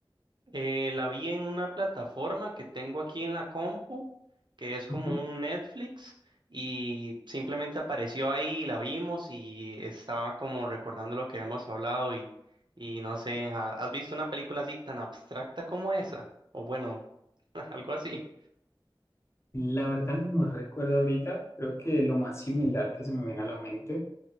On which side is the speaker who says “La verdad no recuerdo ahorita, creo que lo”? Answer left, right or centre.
Left